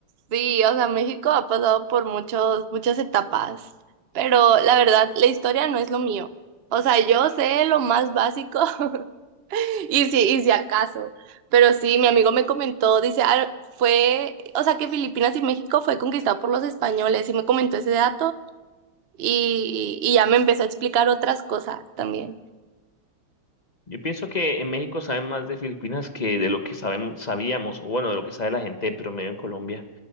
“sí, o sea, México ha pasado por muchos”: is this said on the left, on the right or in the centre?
Right